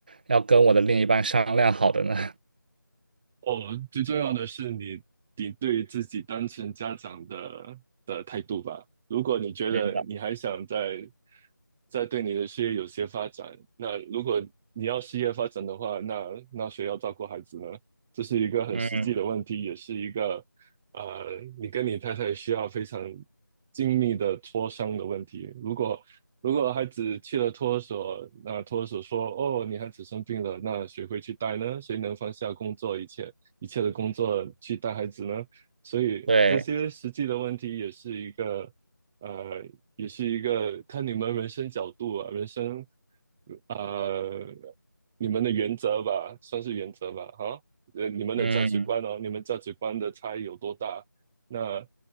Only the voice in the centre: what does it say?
哦，最重要的是你你对自己当成家长的的态度吧。如果你觉得你还想再
再对你的事业有些发展，那如果你要事业发展的话，那那谁要照顾孩子呢？这是一个很实际的问题，
也是一个呃，你跟你太太需要非常精密的磋商的问题。如果如果孩子去了托儿所，那托儿所说：“哦，你孩子生病了，那谁会去带呢？谁能放下工作一切？”一切的工作去带孩子呢？所以这些实际的问题也是一个，
呃，也是一个看你们人生角度啊，人生，呃，你们的原则吧，算是原则吧，哈，呃，你们的价值观哦，
你们价值观的差异有多大？那